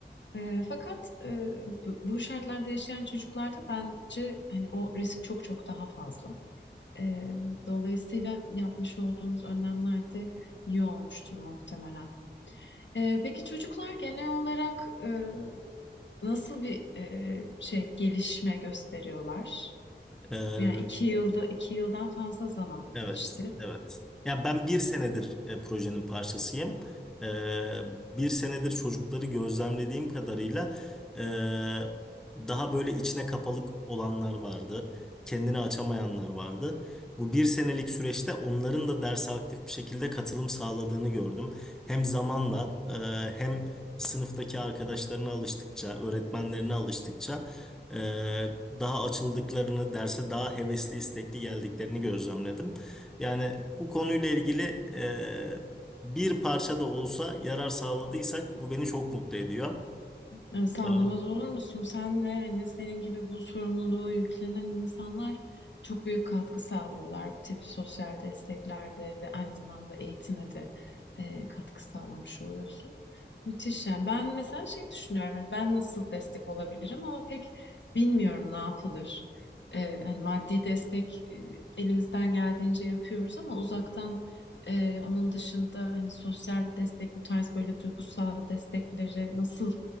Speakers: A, on the left; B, in the centre.
A: E, fakat e, bu bu şartlarda yaşayan çocuklarda bence hani o risk çok çok daha fazla. Ee, dolayısıyla yapmış olduğumuz önlemler de iyi olmuştur muhtemelen. Ee, peki çocuklar genel olarak e, nasıl bir e, şey gelişme gösteriyorlar?
B: Evet.
A: Yani iki yılda iki yıldan fazla zaman
B: Evet,
A: geçti.
B: evet. Ya ben bir senedir e, projenin parçasıyım. E, bir senedir çocukları gözlemlediğim kadarıyla e, daha böyle içine kapalık olanlar vardı. Kendini açamayanlar vardı. Bu bir senelik süreçte onların da derse aktif bir şekilde katılım sağladığını gördüm. Hem zamanla e, hem sınıftaki arkadaşlarına alıştıkça, öğretmenlerine alıştıkça e, daha açıldıklarını, derse daha hevesli, istekli geldiklerini gözlemledim. Yani bu konuyla ilgili e, bir parça da olsa yarar sağladıysak bu beni çok mutlu ediyor.
A: Ya Sağlamaz
B: E,
A: olur musun? Sen ve hani senin gibi bu sorumluluğu yüklenen insanlar çok büyük katkı sağlıyorlar. Bu tip sosyal desteklerde ve aynı zamanda eğitime de e, katkı sağlamış oluyorsun. Müthiş yani. Ben mesela şey düşünüyorum. hani Ben nasıl destek olabilirim ama pek bilmiyorum ne yapılır. E, hani maddi destek e, elimizden geldiğince yapıyoruz ama uzaktan e, onun dışında hani sosyal destek bu tarz böyle duygusal destekleri nasıl